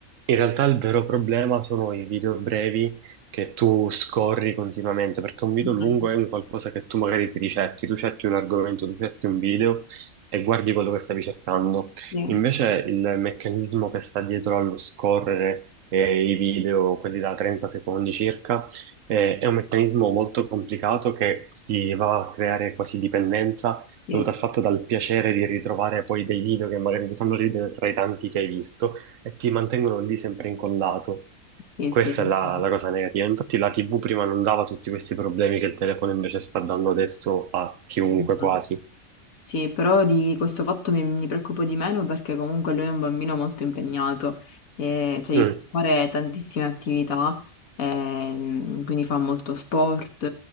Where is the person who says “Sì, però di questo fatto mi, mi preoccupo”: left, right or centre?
Left